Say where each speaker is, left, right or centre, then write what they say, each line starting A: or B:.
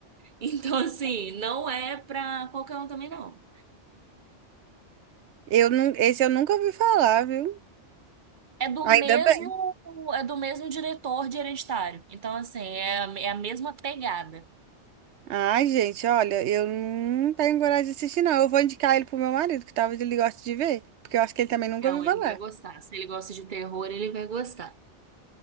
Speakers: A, on the right; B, on the right.
A: Então, assim, não é pra qualquer um também, não.
B: Eu não, esse eu nunca ouvi falar, viu?
A: É do
B: Ainda
A: mesmo,
B: bem.
A: é do mesmo diretor de Hereditário. Então, assim, é, a- é a mesma pegada.
B: Ai, gente, olha, eu não tenho coragem de assistir, não. Eu vou indicar ele pro meu marido, que talvez ele goste de ver, porque eu acho que ele também nunca
A: Então,
B: ouviu falar.
A: ele vai gostar. Se ele gosta de terror, ele vai gostar.